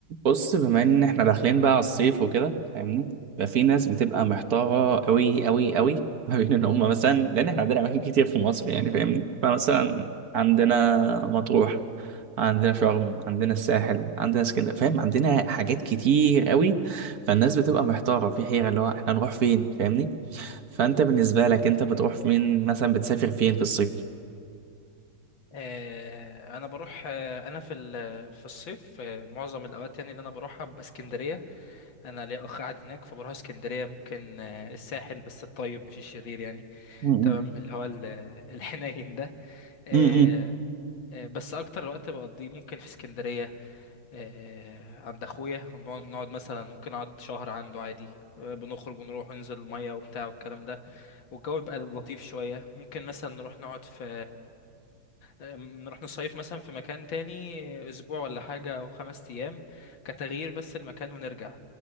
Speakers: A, on the right (about 55°); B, on the left (about 80°).
A: بص بما ان احنا داخلين بقى على الصيف وكده فاهمني ففي ناس بتبقى محتاره قوي قوي قوي ما بين ان هم مثلا لان احنا عندنا اماكن كتير في مصر يعني فاهمني فمثلا عندنا مطروح عندنا شرم عندنا الساحل عندنا اسكندريه فاهم عندنا حاجات كتير قوي فالناس بتبقى محتاره في حيره اللي هو احنا نروح فين فاهمني فانت بالنسبه لك انت بتروح فين مثلا بتسافر فين في الصيف
B: آه، انا بروح آه، انا في ال- في الصيف آه، معظم الاوقات يعني اللي انا بروحها ببقى اسكندريه انا ليا اخ قاعد هناك فبروح اسكندريه ممكن آه، الساحل بس الطيب مش الشرير يعني
A: م-
B: تمام
A: م-
B: اللي هو ال- آه، الحنين ده آه،
A: م-
B: آه، بس اكتر وقت بقضيه ممكن في اسكندريه آه، عند اخويا ونقعد- نقعد مثلا ممكن اقعد شهر عنده عادي آه، بنخرج ونروح وننزل الميه وبتاع والكلام ده والجو بيبقى لطيف شويه ممكن مثلا نروح نقعد في أم، نروح نصيف مثلا في مكان تاني اسبوع ولا حاجة او خمس ايام كتغيير بس المكان ونرجع